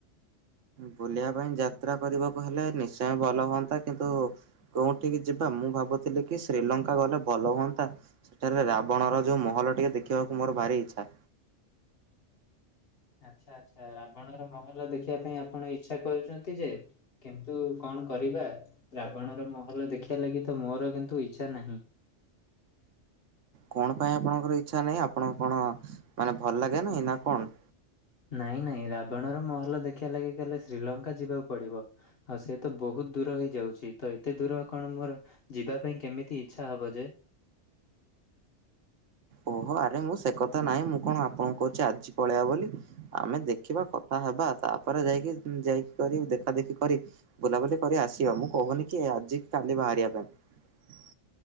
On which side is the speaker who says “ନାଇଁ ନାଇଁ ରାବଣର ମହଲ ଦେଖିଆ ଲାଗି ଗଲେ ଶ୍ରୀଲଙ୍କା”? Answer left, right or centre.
Left